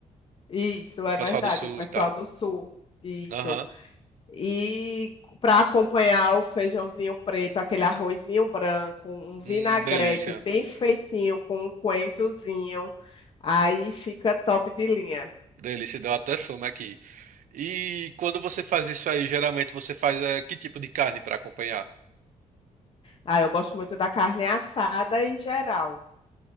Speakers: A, on the left; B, on the right.
A: Isso,
B: O
A: é
B: pessoal
A: verdade.
B: do Sul
A: O pessoal
B: e tal.
A: do sul, isso.
B: Aham.
A: E para acompanhar o feijãozinho preto, aquele arrozinho branco, um vinagrete
B: Hum, delícia.
A: bem feitinho com um coentrozinho, aí fica top de linha.
B: Delícia, deu até fome aqui. E quando você faz isso aí, geralmente você faz eh, que tipo de carne para acompanhar?
A: Ah, eu gosto muito da carne assada em geral.